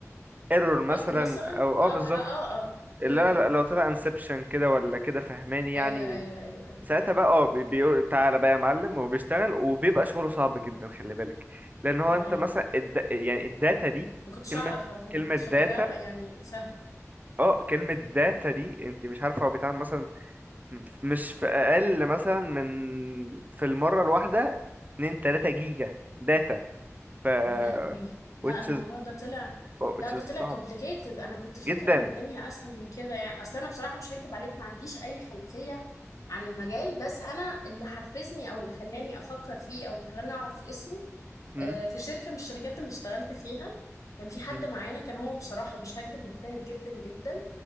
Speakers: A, on the right; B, on the left.
A: ايرور مثلا
B: بج مثلا
A: او اه
B: اه
A: بالظبط
B: وح- اه اه
A: لا
B: امم
A: لا لو طلع انسبشن كده ولا كده فهماني يعني
B: ايوه ايوه ايوه ايوه
A: ساعتها بقى اه بي- بيقول تعالى بقى يا معلم وبيشتغل وبيبقى شغله صعب جدا خلي بالك لان هو
B: اه
A: انت مثلا الد... يعني الداتا دي
B: ما كنتش
A: كلمة
B: اعرف على فكرة
A: كلمة
B: كنت
A: داتا
B: فاكرة يعني سهل
A: اه كلمة داتا دي انت مش عارفة هو بيتعمل مثلا مش في اقل مثلا من في المرة الواحدة 2 3 جيجا داتا ف
B: يا لهوي
A: which
B: لا الموضوع
A: is
B: ده طلع
A: oh, which
B: لا ده
A: is
B: طلع
A: صعب
B: complicated انا كنت فاكره
A: جدا
B: ان الدنيا اسهل من كده يعني اصل انا بصراحه مش هكدب عليك ما عنديش اي خلفيه عن المجال بس انا اللي حفزني او اللي خلاني افكر فيه او اللي خلاني اعرف اسمه
A: مم.
B: آه، في شركه من الشركات اللي اشتغلت فيها كان في حد
A: مم.
B: معانا كان هو بصراحه مش هكدب مجتهد جدا جدا